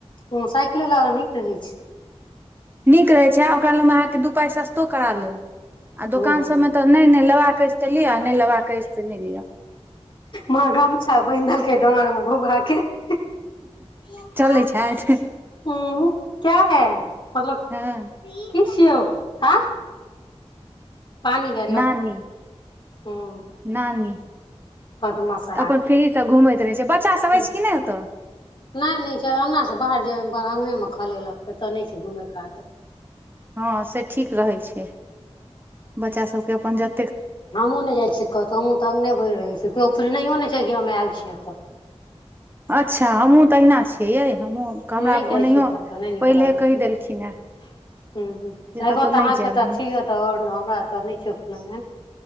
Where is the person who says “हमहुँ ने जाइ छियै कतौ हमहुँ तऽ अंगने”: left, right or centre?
Left